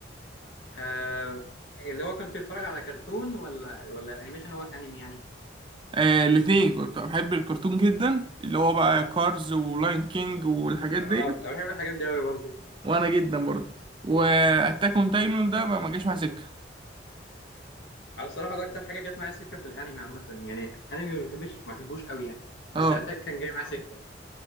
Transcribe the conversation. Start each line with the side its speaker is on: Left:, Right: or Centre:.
Left: آه اللي هو كنت بتتفرج على كرتون ولا ولا انيميشن هو انمي يعني
Right: آه الاثنين كنت بحب الكرتون جدا اللي هو بقى كارز ولاين كينج والحاجات
Left: اه
Right: دي
Left: انا بحب الحاجات دي قوي برضه
Right: وانا جدا برضه واتاك اون تايتن ده ما ما جاش مع سكه
Left: على الصراحه ده اكتر حاجه جت معايا سكه في الانمي عامه يعني انمي ما بحبش ما بحبوش قوي يعني بس
Right: اه
Left: اتاك كان جاي معايا سكه